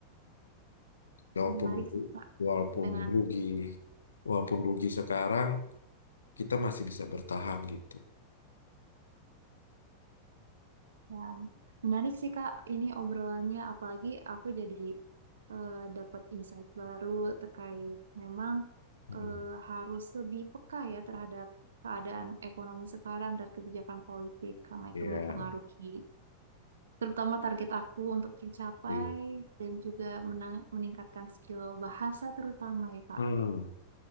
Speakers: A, on the left; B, on the right.
A: Walaupun
B: Menarik sih Kak.
A: walaupun
B: Dengan
A: rugi, walaupun rugi sekarang, kita masih bisa bertahan gitu.
B: ya, menarik sih Kak ini obrolannya apalagi aku jadi eh, dapat insight baru terkait memang
A: Hmm.
B: eh, harus lebih peka ya terhadap keadaan ekonomi sekarang dan kebijakan politik karena
A: Ya,
B: itu mempengaruhi terutama target aku untuk tercapai
A: oke.
B: dan juga menang- meningkatkan skill bahasa terutama ya Kak.
A: Hmm,